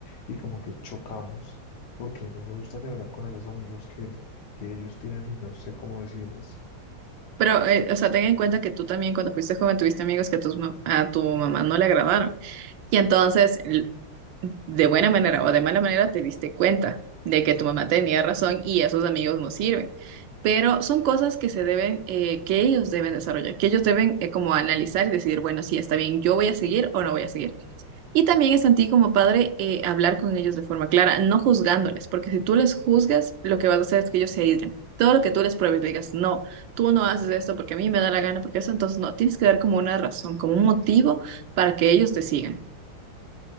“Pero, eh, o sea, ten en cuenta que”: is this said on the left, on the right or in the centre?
Right